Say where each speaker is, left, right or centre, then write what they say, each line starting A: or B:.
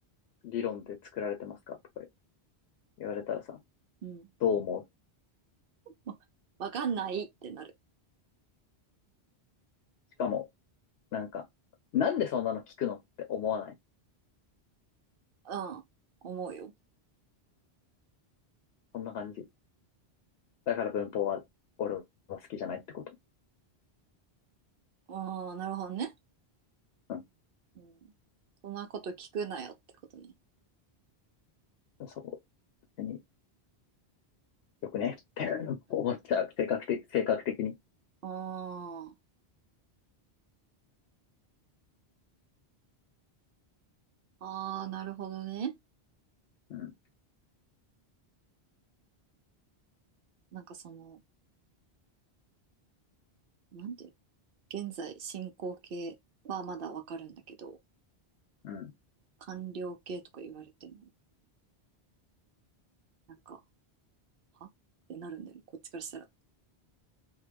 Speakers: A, on the left; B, on the right.
A: 理論で作られてますかとか言われたらさ、
B: うん。
A: どう思う
B: わ、わかんないってなる。
A: しかも、なんか、なんでそんなの聞くのって思わない
B: うん、思うよ。
A: そんな感じ。だから文法は俺は好きじゃないってこと。
B: ああ、なるほどね。
A: うん。
B: うん。そんなこと聞くなよってことね。
A: そう。別によくねって <laughs> 思っちゃう。性格的、性格的に。
B: ああ、ああ、なるほどね。
A: うん。
B: なんかその、なんていうの現在進行形はまだわかるんだけど、
A: うん。
B: 完了形とか言われても、なんか、はってなるんだよね、こっちからしたら。